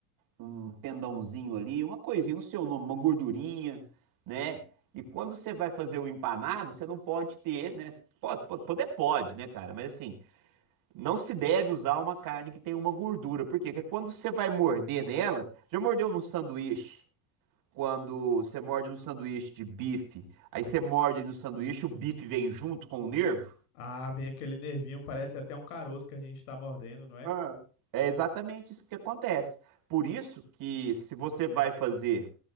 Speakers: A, on the right (about 50°); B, on the left (about 85°).
A: um tendãozinho ali, uma coisinha no seu nome, uma gordurinha, né? E quando você vai fazer o empanado, você não pode ter, né? Pode, pode- poder pode, né, cara? Mas assim, não se deve usar uma carne que tem uma gordura. Por quê? Porque quando você vai morder nela, já mordeu num sanduíche? Quando você morde no sanduíche de bife, aí você morde no sanduíche, o bife vem junto com o nervo?
B: Ah, vem aquele nervinho, parece até um caroço que a gente tá mordendo, não é?
A: Ah, É exatamente isso que acontece. Por isso que se você vai fazer